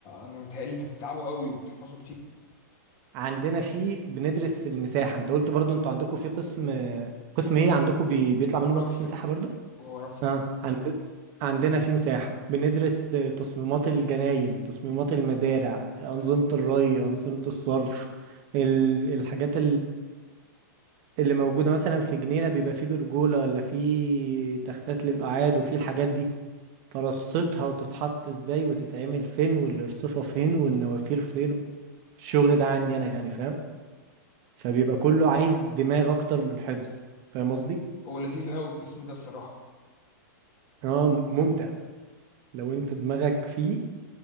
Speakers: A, on the left; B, on the right.
A: انا متهيألي انك بتتعبوا قوي وبتحفظوا كتير
B: عندنا في بندرس المساحة انت قلت برضو انتوا عندكم في قسم قسم
A: جغر...
B: ايه عندكم بي... بيطلع
A: جغرافيا
B: منه مهندس مساحة برضو
A: جغرافيا
B: اه عند... عندنا في مساحة بندرس آه، تصميمات الجناين تصميمات المزارع أنظمة الري أنظمة الصرف ال... الحاجات اللي موجودة مثلا في جنينة بيبقى فيه برجولة ولا فيه تختات للقعاد وفيه الحاجات دي ترصتها وتتحط ازاي وتتعمل فين والارصفة فين والنوافير فين الشغل ده عندي انا يعني فاهم فبيبقى كله عايز دماغ اكتر من حفظ فاهم قصدي
A: هو لذيذ قوي القسم ده بصراحه
B: هو ممتع لو انت دماغك فيه